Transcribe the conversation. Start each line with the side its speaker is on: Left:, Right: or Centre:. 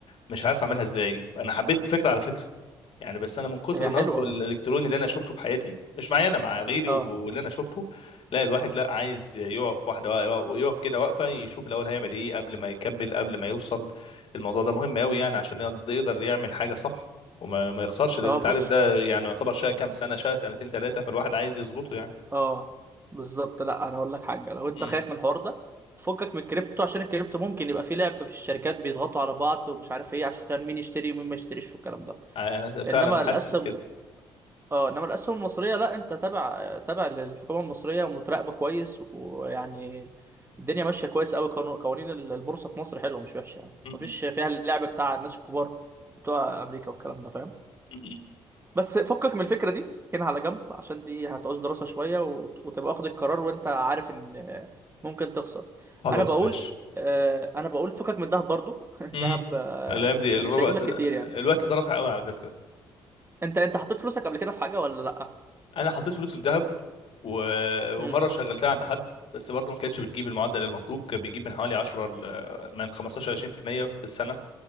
Left: مش عارف اعملها ازاي انا حبيت الفكره على فكره يعني بس انا من كتر
Right: هي
Left: نصبه
Right: حلوة
Left: الالكتروني اللي انا شفته في حياتي مش معايا انا مع غيري
Right: اه
Left: واللي انا شفته لا الواحد لا عايز يقف واحده يقف كده واقفه يشوف الاول هيعمل ايه قبل ما يكمل قبل ما يوصل الموضوع ده مهم قوي يعني عشان يقدر يقدر يعمل حاجه صح وما ما يخسرش لان
Right: اه
Left: انت
Right: بص
Left: عارف ده يعني يعتبر شقه كام سنه شقه سنتين ثلاثه فالواحد عايز يظبطه يعني
Right: اه بالظبط لا انا هقول لك حاجه لو انت
Left: امم
Right: خايف من الحوار ده فكك من الكريبتو عشان الكريبتو ممكن يبقى فيه لعب في الشركات بيضغطوا على بعض ومش عارف ايه عشان مين يشتري ومين ما يشتريش والكلام ده
Left: انا فعلا
Right: انما
Left: حاسس
Right: الاسهم
Left: بكده
Right: اه انما الاسهم المصريه لا انت تابع تابع للحكومه المصريه ومتراقبه كويس ويعني الدنيا ماشيه كويس قوي قانو- قوانين البورصه في مصر حلوه مش وحشه يعني
Left: مم.
Right: مفيش فيها اللعب بتاع الناس الكبار بتوع امريكا والكلام ده فاهم
Left: مم.
Right: بس فكك من الفكره دي كده على جنب عشان دي هتعوز دراسه شويه وت- وتبقى واخد القرار وانت عارف ان ممكن تخسر
Left: خلاص
Right: انا بقول
Left: ماشي
Right: آه، انا بقول فكك من الذهب برضو <laughs> الذهب
Left: امم
Right: آه،
Left: الايام دي الوقت
Right: مش هيجيب لك كتير يعني
Left: الوقت ده رافع قوي على فكره
Right: انت انت حطيت فلوسك قبل كده في حاجه ولا لا
Left: انا حطيت فلوسي في ذهب و...
Right: امم
Left: ومره شغلتها عند حد بس برضه ما كانتش بتجيب المعدل المطلوب كان بيجيب من حوالي 10 ل- من 15 ل 20% في المية في السنه